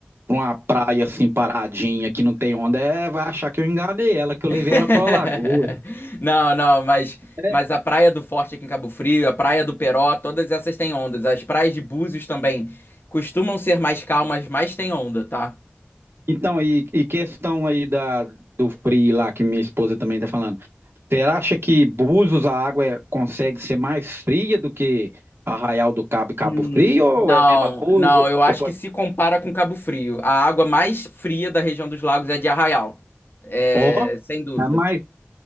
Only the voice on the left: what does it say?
<laughs>
Não, não, mas,
mas a Praia do Forte aqui em Cabo Frio, a Praia do Peró, todas essas têm ondas. As praias de Búzios também costumam ser mais calmas, mas têm onda, tá?
Hum,
Não,
não, eu acho
que se compara com Cabo Frio. A água mais fria da região dos lagos é de Arraial. É,
sem dúvida.